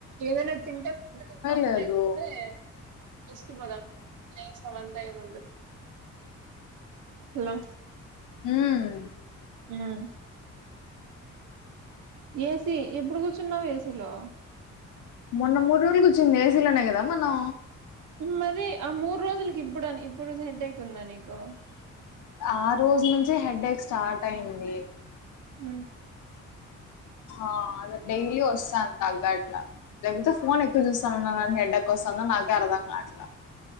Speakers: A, on the right; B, on the left.
A: ఏదైనా తింటే ఫుడ్ తిందాము
B: లేదు
A: లేకపోతే రెస్కి పోదాం లేసం అంత ఈ ముందు హలో
B: హ్మ్
A: ఉమ్ ఏసీ ఎప్పుడు కూర్చున్నావ్ ఏసీలో
B: మొన్న మూడు రోజులు కూచ్చింది ఏసీలోనే కదా మనం
A: మరి ఆ మూడు రోజులకి ఇప్పుడు ఇప్పుడు హెడ్ైక్ ఉందా నీకు
B: ఆ రోజు నుంచే హెడేక్ స్టార్ట్ అయింది
A: మ్మ్
B: ఆ అదే డైలీ వస్తాన్ తగ్గట్లా లేకపోతే ఫోన్ ఎక్కువ చూస్తానున్నానుని హెడ్డక్ వస్తుందో నాకే అర్ధం గాట్లా